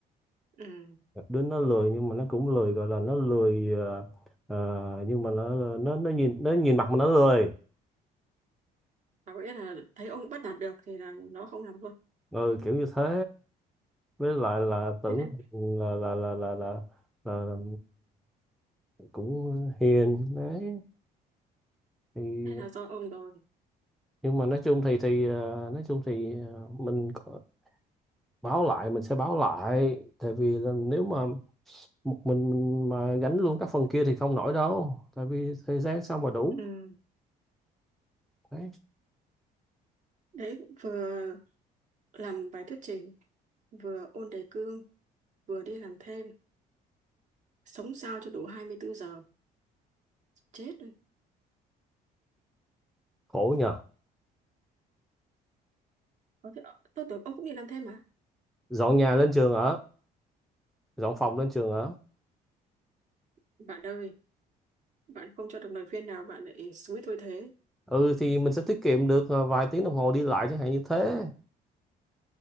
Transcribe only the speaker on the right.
ừ
và có nghĩa là thấy ông bắt nạt được thì là nó không làm luôn
thế nên
thế là do ông rồi
ừ
đấy vừa làm bài thuyết trình vừa ôn đề cương vừa đi làm thêm sống sao cho đủ 24 giờ chết rồi
có thể tôi tưởng ông cũng đi làm thêm mà
bạn ơi bạn không cho được lời khuyên nào bạn lại xúi tôi thế